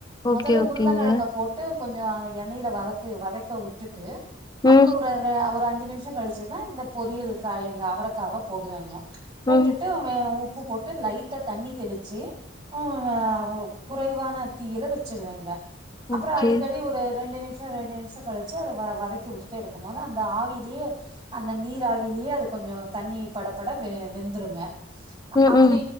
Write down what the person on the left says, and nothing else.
ஓகே,
ஓகேங்க.
ம்,
ம்.
ஓகே.
ம்,
ம்.